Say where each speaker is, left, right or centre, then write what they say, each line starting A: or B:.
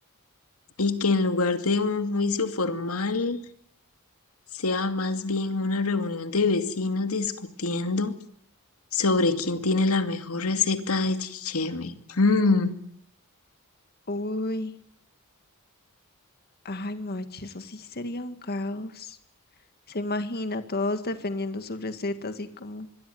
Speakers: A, on the left; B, on the left.
A: Y que en lugar de un juicio formal, sea más bien una reunión de vecinos discutiendo. sobre quién tiene la mejor receta de chicheme. Mm,
B: Uy, ay, macho, eso sí sería un caos. Se imagina todos defendiendo su receta así como